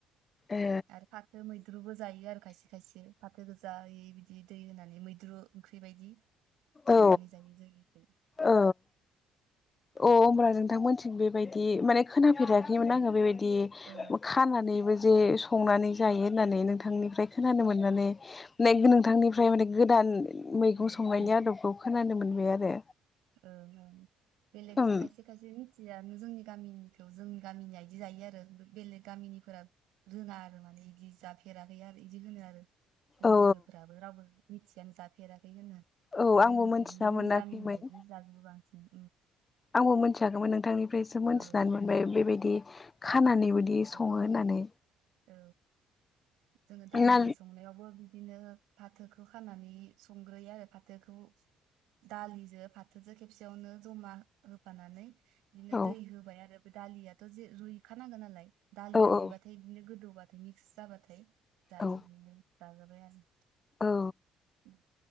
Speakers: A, on the left; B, on the right.
A: ए
B: आरो फाथो मैद्रुबो जायो आरो खायसे खायसे फाथो गोजायै बिदि दै होनानै मैद्रु ओंख्रि बायदि संनानै
A: औ
B: जायो जोनिखै
A: औ अ होमब्ला नोंथांमोनथिं बेबायदि माने खोनाफेराखैमोन
B: औ
A: आङो बेबायदि
B: औ
A: खानानैबो जे संनानै जायो होननानै नोंथां नोंथांनिफ्राय खोनानो मोननानै माने नोंथांनिफ्राय माने गोदान मैगं
B: औ
A: संनायनि
B: औ
A: आदबखौ खोनानो मोनबाय आरो
B: बेलेग
A: उम
B: खायसे खायसे मिथियानो जोंनि गामिनिखौ जों गामिनिया बिदि जायो आरो बेलेग गामिनिफोरा रोङा आरो माने बिदि जाफेराखै आरो इदि होनो आरो जोंनि
A: औ
B: लोगोफोराबो रावबो मिथियानो जाफेराखै होनो
A: औ
B: जोंनिखैनि
A: आंबो मोनथिना
B: जोंनि
A: मोनाखैमोन
B: गामिनि बो बांसिन
A: आंबो मोनथियाखैमोन नोंथांनिफ्रायसो मोनथिनानै
B: औ
A: मोनबाय बेबायदि खानानै बोदि सङो
B: औ
A: होननानै
B: औ जोङो दालिजों
A: ना
B: संनायावबो बि बिदिनो फाथोखौ खानानै संग्रोयो आरो फाथोखौ दालिजों फाथोजों खेबसेयावनो जमा होफानानै बिदिनो
A: औ
B: दै होबाय आरो बे दालियाथ' जे रुइखानांगोन नालाय दालिया
A: औ
B: रुइबाथाय
A: औ
B: बिदिनो गोदौबाथाय मिक्स जाबाथाय जायो
A: औ
B: बिदिनो जाजाबाय आरो
A: औ
B: ओम